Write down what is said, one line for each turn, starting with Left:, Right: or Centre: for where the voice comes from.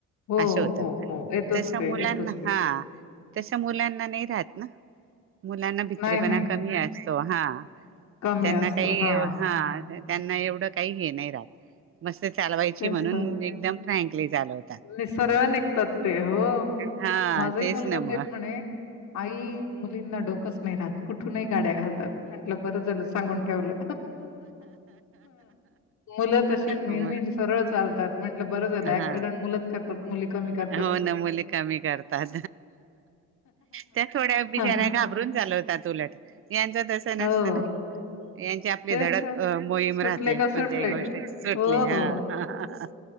Left: हो,
Right: अस होत
Left: हो, हो. येतोच
Right: तस
Left: ते,
Right: मुलांना
Left: येतोच ते.
Right: हां तस मुलांना नाही राहत ना, मुलांना भित्रेपणा
Left: नाही, नाही.
Right: कमी असतो हां
Left: कमी
Right: त्यांना
Left: असतो.
Right: काही
Left: हां,
Right: हा. त्यांना एवढं काही हे नाही राहत मस्त चालवायची
Left: तेच
Right: म्हणून
Left: तर.
Right: एकदम फ्रँकली चालव
Left: नि सरळ निघतात ते, हो
Right: हा
Left: माझाही मुलगा
Right: ना मग
Left: तेच म्हणे आई मुलींना डोकच नाही राहत. कुठूनही गाड्या घालतात म्हटलं बर झालं सांगून ठेवलं. मुलं तशे नेहमी
Right: म
Left: सरळ चालतात म्हंटलं बरं झालं
Right: हा
Left: ऍक्सिडेंट मुलंच करतात मुली कमी करतात.
Right: हो ना मुली कमी करतात, त्या थोड्या बिचाऱ्या
Left: हां,
Right: घाबरून चालव तात उलट यांच तसं नसतं
Left: हो.
Right: ना. यांची आपली
Left: तेच
Right: धडक
Left: तर.
Right: अ मोहीम
Left: सुटले
Right: राहते
Left: का
Right: कोणत्याही
Left: सुटले.
Right: गोष्टीचं सुटले
Left: हो,
Right: हां
Left: हो.